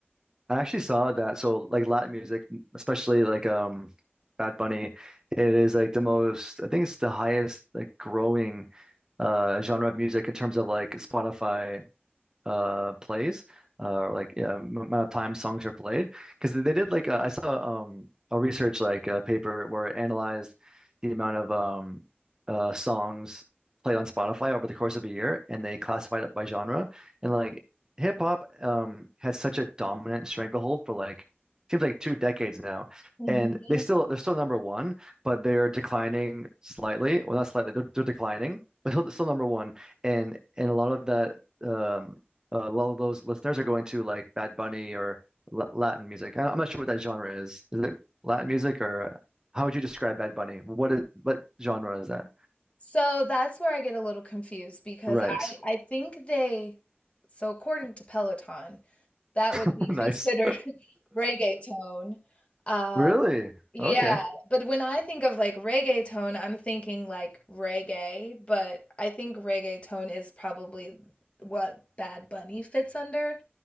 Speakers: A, on the right (about 15°); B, on the left (about 30°).
A: I actually saw that. So like Latin music, especially like um Bad Bunny, it is like the most I think it's the highest like growing uh genre of music in terms of like Spotify uh plays uh or like yeah, m- amount of time songs are played because they did like uh, I saw um a research like uh, paper where it analyzed the amount of um uh songs played on Spotify over the course of a year and they classified it by genre and like hip hop um has such a dominant stranglehold for like seems like two decades now
B: Mhm.
A: and they still they're still number one but they're declining slightly well not slightly they're, they're declining but still still number one and and a lot of that um uh, a lot of those listeners are going to like Bad Bunny or La- Latin music. I- I'm not sure what that genre is. Is it Latin music or how would you describe Bad Bunny? What is what genre is that?
B: So that's where I get a little confused because
A: Right.
B: I I think they so according to Peloton, that would
A: <laughs>
B: be
A: Nice.
B: considered <laughs> reggaeton. Um,
A: Really?
B: Yeah,
A: Okay.
B: but when I think of like reggaeton, I'm thinking like reggae, but I think reggaeton is probably what Bad Bunny fits under.